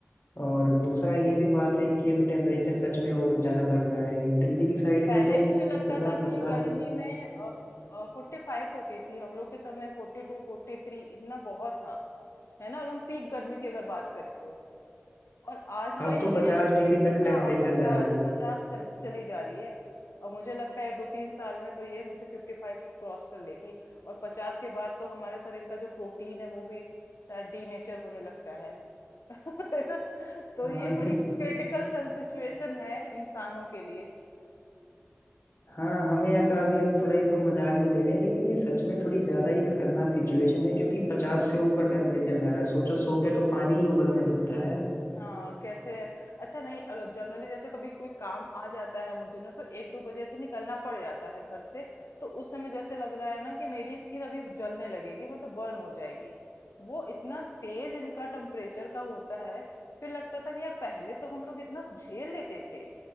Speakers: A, on the left; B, on the left.
A: और दूसरा ये भी बात है कि अभी टेम्परेचर सच में और ज्यादा बढ़ रहा है ये दिल्ली की साइड
B: पहले
A: में तो
B: मुझे लगता
A: पूरा
B: था
A: पचास
B: कि गर्मी में फोर्टी फाइव होती थी हम लोग के समय फोर्टी टू फोर्टी थ्री इतना बहुत था है ना एकदम पीक गर्मी की अगर बात करें तो और आज वही
A: अब तो
B: है
A: पचास डिग्री तक
B: हाँ
A: टेम्परेचर
B: पचास
A: जा रहा है
B: पचास चल, चली जा रही है और मुझे लगता है दो तीन साल में तो ये मुझे फिफ्टी फाइव क्रॉस कर लेगी और पचास के बाद तो हमारे शरीर का जो प्रोटीन है वो भी शायद डीनेचर होने लगता है <laughs> है ना तो
A: हाँ
B: ये
A: इस-
B: बड़ी क्रिटिकल सिचुएशन है इंसानों के लिए
A: हाँ हमें ऐसा अभी हम थोड़ा इसको मजाक में ले रहे हैं लेकिन ये सच में थोड़ी ज्यादा ही खतरनाक सिचुएशन है क्योंकि पचास से ऊपर टेम्परेचर जा रहा है सोचो सौ पे तो पानी ही उबलने लगता है
B: हाँ कैसे अच्छा नहीं अगर जनरली जैसे कभी कोई काम आ जाता है मुझे ना तो एक दो बजे ऐसे निकलना पड़ जाता है घर से तो उस समय जैसे लग रहा है ना कि मेरी स्किन अभी जलने लगेगी मतलब बर्न हो जाएगी वो इतना तेज इनका टेम्परेचर का होता है फिर लगता था कि यार पहले तो हम लोग इतना झेल लेते थे